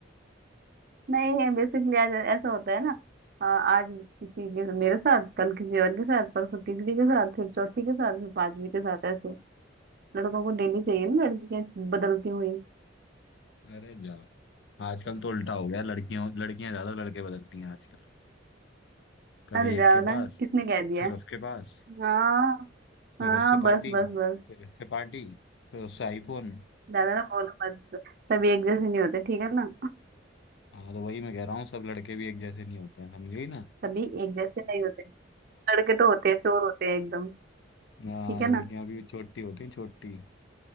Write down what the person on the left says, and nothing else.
अरे जाओ आजकल तो उल्टा हो गया लड़कियों लड़कियां ज्यादा लड़के बदलती हैं आजकल कभी
एक
के
पास
फिर उसके पास
फिर
उससे
पार्टी
फिर इससे पार्टी फिर उससे आईफोन
हाँ तो वही मैं कह रहा हूँ सब लड़के भी एक जैसे नहीं होते हैं समझे ना
हाँ
लड़कियां
भी छोटी होती हैं छोटी